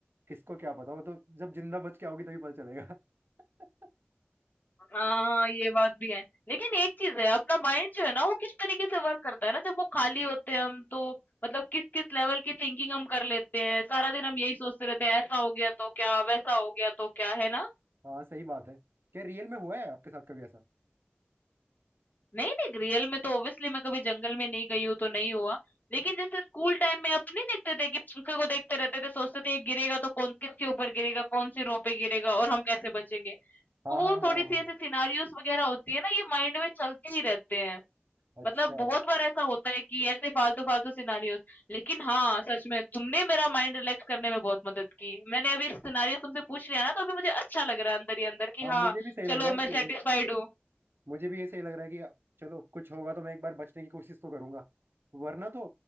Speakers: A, on the right; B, on the left.
A: किसको क्या पता वो तो जब जिंदा बच के आओगी तभी पता चलेगा <laughs>
B: हाँ ये बात भी है लेकिन एक चीज है अपना माइंड जो है ना वो किस तरीके से वर्क करता है ना जब वो खाली होते हैं हम तो मतलब किस किस लेवल की थिंकिंग हम कर लेते हैं सारा दिन हम यही सोचते रहते हैं ऐसा हो गया तो क्या वैसा हो गया तो क्या है ना
A: हाँ सही बात है क्या रियल में हुआ है आपके साथ कभी ऐसा
B: नहीं नहीं रियल में तो ऑब्वियसली मैं कभी जंगल में नहीं गई हूँ तो नहीं हुआ लेकिन जैसे स्कूल टाइम में अपने देखते थे कि पंखे को देखते रहते थे सोचते थे ये गिरेगा तो कौन किसके ऊपर गिरेगा कौन सी रो पे गिरेगा और हम कैसे बचेंगे
A: हाँ
B: तो वो
A: हाँ हाँ
B: थोड़ी सी
A: हाँ
B: ऐसे सिनारियोस वगैरह होती है ना ये माइंड में चलते ही रहते हैं
A: अच्छा
B: मतलब बहुत बार ऐसा होता है कि ऐसे फालतू-फालतू सिनेरियोस लेकिन हाँ, सच में तुमने मेरा माइंड रिलैक्स करने में बहुत मदद की। मैंने अभी सिनेरियोस तुमसे पूछ लिया ना तो अभी मुझे अच्छा लग रहा है अंदर ही अंदर कि
A: हाँ
B: हाँ,
A: मुझे भी सही
B: चलो
A: लग रहा है कि
B: मैं सैटिस्फाइड हूँ।
A: मुझे भी ये सही लग रहा है कि चलो कुछ होगा तो मैं एक बार बचने की कोशिश तो करूंगा वरना तो